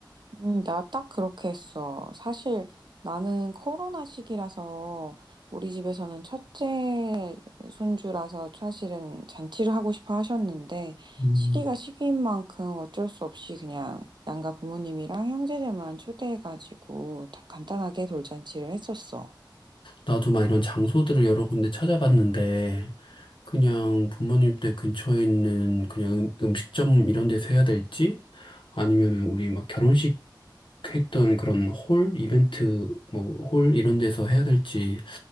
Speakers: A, on the right; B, on the left.
A: 음, 나 딱 그렇게 했어. 사실 나는 코로나 시기라서 우리 집에서는 첫째 손주라서 사실은 잔치를 하고 싶어 하셨는데
B: 음.
A: 시기가 시기인 만큼 어쩔 수 없이 그냥 양가 부모님이랑 형제들만 초대해가지고 다 간단하게 돌잔치를 했었어.
B: 나도 막 이런 장소들을 여러 군데 찾아봤는데, 그냥 부모님 댁 근처에 있는 그냥 음- 음식점 이런 데서 해야 될지, 아니면은 우리 막 결혼식 했던 그런 홀, 이벤트, 뭐, 홀 이런 데서 해야 될지,